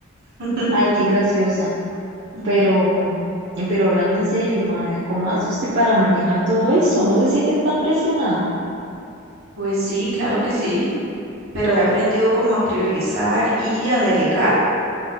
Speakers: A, on the right; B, on the right.
A: <laughs>
B: Ay, qué graciosa.
A: Mm,
B: Pero, pero hablando en serio, ma, ¿cómo hace usted para manejar todo esto? ¿No se siente tan presionada?
A: Pues sí, claro que sí, pero he aprendido como a priorizar y a delegar.